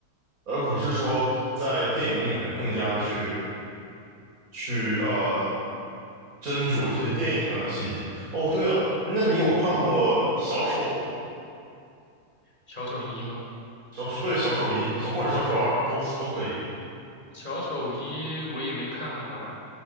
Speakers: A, on the right (about 60°); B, on the left (about 30°).
A: 而不是说在电影里面更加的去去呃斟酌这些电影上的细节。哦，对了，那你有看过小丑吗？
B: 小丑一吗？
A: 小丑，对，小丑一，小或者小丑二都都可以。
B: 小丑一我也没看完，